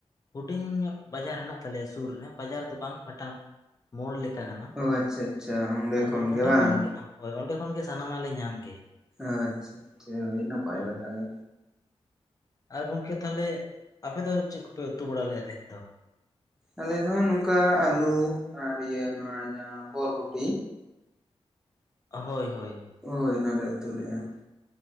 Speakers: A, on the left; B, in the centre.
A: ᱦᱩᱰᱤᱧ ᱧᱚᱜ ᱵᱟᱡᱟᱨ ᱦᱮᱱᱟᱜ ᱛᱟᱞᱮᱭᱟ ᱥᱩᱨ ᱨᱮ, ᱵᱟᱡᱟᱨ ᱫᱚ ᱵᱟᱝ ᱢᱤᱫᱴᱟᱝ ᱢᱳᱲ ᱞᱮᱠᱟ ᱠᱟᱱᱟ
B: ᱚ ᱟᱪᱪᱷᱟ ᱟᱪᱪᱷᱟ ᱚᱸᱰᱮ
A: ᱟᱫᱚ ᱚᱸᱰᱮ
B: ᱵᱟᱝ
A: ᱠᱷᱚᱱ ᱜᱮ ᱦᱳᱭ ᱚᱸᱰᱮ ᱠᱷᱚᱱ ᱜᱮ ᱥᱟᱱᱟᱢᱟᱜ ᱞᱮ ᱧᱟᱢ ᱜᱮᱭᱟ
B: ᱟᱪᱷᱟ ᱟᱪᱷᱟ ᱟᱹᱰᱤ ᱱᱟᱯᱟᱭ
A: ᱦᱮᱸ
B: ᱠᱟᱛᱷᱟ ᱜᱮ
A: ᱟᱨ ᱜᱚᱝᱠᱮ ᱛᱟᱦᱚᱞᱮ ᱟᱯᱮ ᱫᱚ, ᱪᱮᱫ ᱠᱚᱯᱮ ᱩᱛᱩ ᱵᱟᱲᱟ ᱞᱮᱜᱼᱟ ᱛᱮᱦᱮᱧ ᱫᱚ?
B: ᱟᱞᱮ ᱫᱚ ᱱᱚᱝᱠᱟ ᱟᱞᱩ ᱟᱨ ᱤᱭᱟᱹ ᱱᱚᱣᱟ ᱡᱟᱸᱦᱟᱸ ᱵᱚᱨᱵᱚᱴᱤ
A: ᱦᱳᱭ ᱦᱳᱭ ᱦᱳᱭ
B: ᱦᱳᱭ ᱚᱱᱟᱞᱮ ᱩᱛᱩ ᱞᱮᱜᱼᱟ ᱾